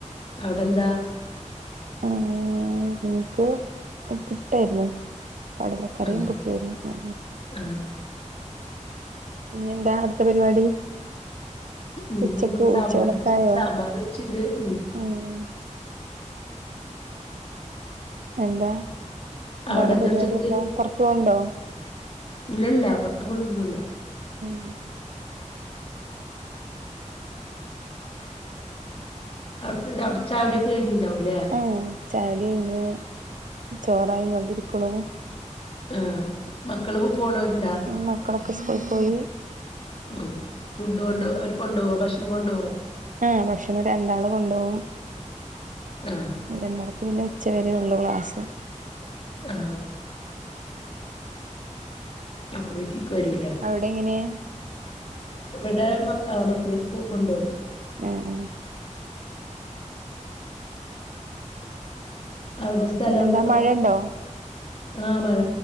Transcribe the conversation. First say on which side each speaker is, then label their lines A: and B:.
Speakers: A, on the left (about 45°); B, on the right (about 80°).
A: അവിടെന്താ
B: ആഹ് എനിക്ക് പുട്ടായിരുന്നു കടലക്കറിയും
A: ആഹ്
B: പുട്ടും ആയിരുന്നു
A: ആഹ്
B: ഇനി എന്താ അടുത്ത പരിപാടി
A: ഉം
B: ഉച്ചക്ക്
A: സാമ്പാർ
B: ഉച്ചയൂണൊക്കെ
A: വച്ച്
B: ആയോ
A: സാമ്പാർ വച്ചിട്ടുണ്ട് ഉം
B: ഉം എന്താ
A: അവിടെ
B: വേറെ പരിപാടി
A: ഉച്ചക്ക്
B: എന്താ പുറത്തു പോന്നുണ്ടോ
A: ഇല്ല ഇല്ല പുറത്തു പോണൊന്നുമില്ല
B: ഉം
A: അവിടുത്തെ അവിടെ ചായ കുടിയൊക്കെ കഴിഞ്ഞിട്ടുണ്ടാവുല്ലേ
B: ആഹ് ചായ കുടി കഴിഞ്ഞു ചോറായ് കൊണ്ടിരിക്കണു
A: ആഹ് മക്കള് പോണവരുണ്ടോ
B: ഉം മക്കളൊക്കെ സ്കൂള് പോയി
A: ഉം ഫുഡ് കൊണ്ട് അവര് കൊണ്ടുപോവോ ഭക്ഷണം കൊണ്ട് പോവോ
B: ആഹ് ഭക്ഷണം രണ്ടാള് കൊണ്ടു പോവും
A: ആഹ്
B: രണ്ടാൾക്ക് പിന്നെ ഉച്ച വരേയെ ഉള്ളു ക്ലാസ്
A: ആഹ് അപ്പൊ വീട്ടിലേക്ക് വരൂല്ലേ
B: അവിടെ എങ്ങനെയാ
A: ഇവിടെ മക്കള് ആഹ് മക്കള് കൊണ്ടുപോകും
B: ഏഹ്
A: അവിടെ സ്ഥലം
B: പിന്നെന്താ
A: എന്ത്
B: മഴണ്ടോ
A: ആഹ് മഴ